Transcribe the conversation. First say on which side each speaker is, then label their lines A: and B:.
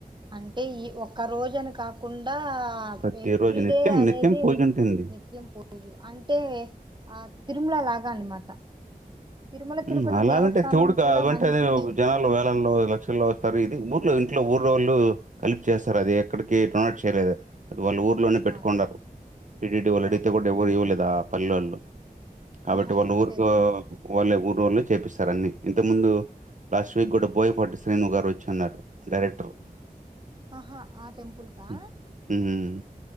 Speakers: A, on the right; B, on the right.
A: అంటే ఈ ఒక్క రోజు అని కాకుండా ఆ
B: ప్రతిరోజు
A: ఎవ్రీడే
B: నిత్యం,
A: అనేది
B: నిత్యం పూజుంటుంది.
A: నిత్యం పూజలు అంటే ఆ తిరుమల లాగా అనమాట. తిరుమల తిరుపతి
B: ఉమ్ అలాగంటే
A: దేవస్థానం
B: ఇక్కడ కావంటే
A: కూడా మంచి
B: అది జనాల్లో వేలల్లో లక్షల్లో వస్తారు. ఇది ముత్ ఇంట్లో ఊరోళ్ళు కలిపి చేస్తారు. అది ఎక్కడికి <inaudible> చేయలేదు అది వాళ్ళు ఊర్లోనే పెట్టుకోండారు.
A: ఆ
B: టీడిటీ వాళ్ళు అడిగితే
A: ఓకే
B: కూడా ఎవరూ ఇవ్వలేదా పల్లోల్లు కాబట్టి
A: ఆహా
B: వాళ్ల
A: ఇవ్వలేదు
B: ఊరుకా ఊరోళ్లే చేపిస్తారు. అన్ని ఇంత ముందు లాస్ట్ వీక్ కూడా బోయపాటి శ్రీను గారు వచ్చి అన్నారు డైరెక్టరు.
A: ఆహా ఆ టెంపుల్ కా
B: హ్మ్ హ్మ్.